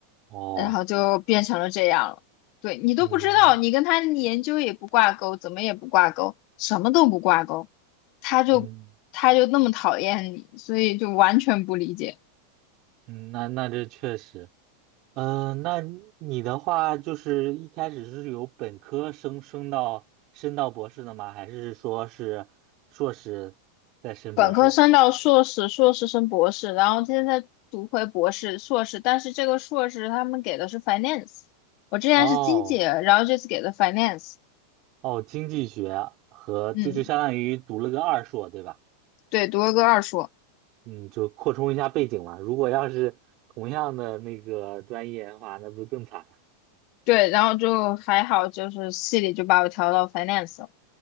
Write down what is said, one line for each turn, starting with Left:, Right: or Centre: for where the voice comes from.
Right: 哦，
Left: 然后就变成了这样了。对你都不知道，
Right: 嗯
Left: 你跟他的研究也不挂钩，怎么也不挂钩，什么都不挂钩，他就他就那么讨厌你，
Right: 嗯
Left: 所以就完全不理解。
Right: 嗯，那那这确实。嗯，那你的话就是一开始是由本科升升到升到博士的吗？还是说是硕士再升博士？
Left: 本科升到硕士，硕士升博士，然后现在读回博士、硕士，但是这个硕士他们给的是 finance，我之前是经济，
Right: 哦
Left: 然后这次给的 finance，
Right: 哦，经济学和就就相当于读了个二硕，
Left: 嗯，
Right: 对吧？
Left: 对，读了个二硕，
Right: 嗯，就扩充一下背景嘛。如果要是同样的那个专业的话，那不是更惨了？
Left: 对，然后就还好，就是系里就把我调到 finance 了，